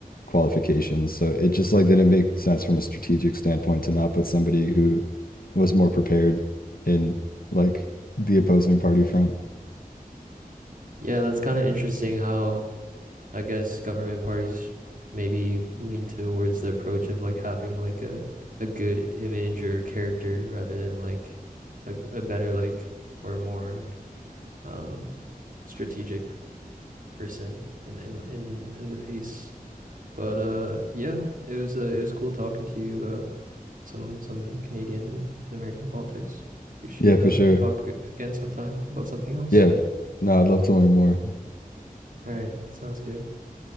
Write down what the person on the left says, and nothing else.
qualifications. So it just like didn't make sense from a strategic standpoint to not put somebody who was more prepared in like the opposing party front.
Yeah, for
sure.
Yeah. No, I'd love to learn more.